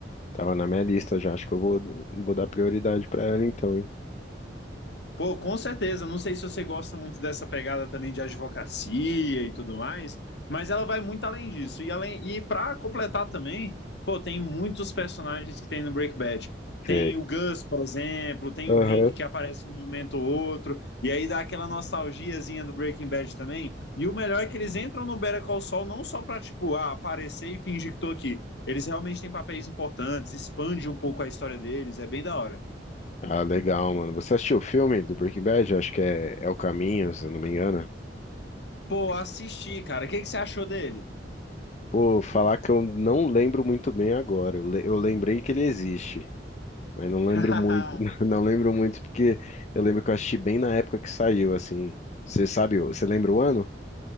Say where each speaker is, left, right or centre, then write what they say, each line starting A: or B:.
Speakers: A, on the left (about 40°); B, on the left (about 70°).
A: tava na minha lista já. Acho que eu vou, vou dar prioridade pra ela então, hein?
B: Pô, com certeza. Não sei se você gosta muito dessa pegada também de advocacia e tudo mais, mas ela vai muito além disso. E além e para completar também, pô, tem muitos personagens que tem no Breaking Bad. Tem
A: Sei.
B: o Gus, por exemplo, tem
A: Aham.
B: o Hank que aparece um momento ou outro, e aí dá aquela nostalgiazinha do Breaking Bad também. E o melhor é que eles entram no Better Call Saul não só pra, tipo, ah, aparecer e fingir que tô aqui. Eles realmente têm papéis importantes, expande um pouco a história deles, é bem da hora.
A: Ah, legal, mano. Você assistiu o filme do Breaking Bad? Acho que é, é O Caminho, se eu não me engano.
B: Pô, assisti, cara. O que que você achou dele?
A: Pô, falar que eu não lembro muito bem agora. Eu, le- eu lembrei que ele existe. Mas não lembro
B: <laughs>
A: muito, <laughs> não lembro muito porque eu lembro que eu assisti bem na época que saiu, assim. Você sabe, o- você lembra o ano